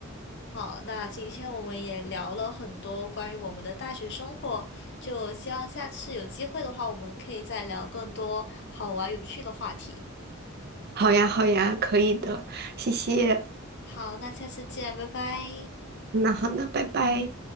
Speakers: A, on the left; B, on the right.
A: 好，那今天我们也聊了很多关于我们的大学生活，就希望下次有机会的话，我们可以再聊更多好玩有趣的话题。
B: 好呀，好呀，可以的，谢谢。
A: 好，那下次见，拜拜。
B: 那好，的，拜拜。